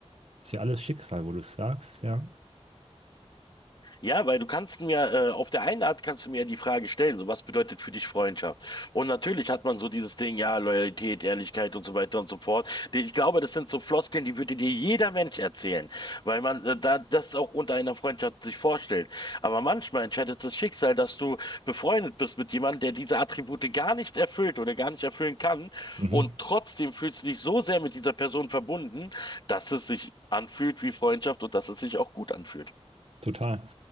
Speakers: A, on the right (about 65°); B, on the left (about 45°).
A: Ist ja alles Schicksal, wo du es sagst, ja.
B: Ja, weil du kannst mir, äh, auf der einen Art kannst du mir ja die Frage stellen, so was bedeutet für dich Freundschaft? Und natürlich hat man so dieses Ding, ja, Loyalität, Ehrlichkeit und so weiter und so fort. Die- Ich glaube, das sind so Floskeln, die würde dir jeder Mensch erzählen, weil man äh, da das auch unter einer Freundschaft sich vorstellt. Aber manchmal entscheidet das Schicksal, dass du befreundet bist mit jemandem, der diese Attribute gar nicht erfüllt oder gar nicht erfüllen kann.
A: Mhm.
B: Und trotzdem fühlst du dich so sehr mit dieser Person verbunden, dass es sich anfühlt wie Freundschaft und dass es sich auch gut anfühlt.
A: Total.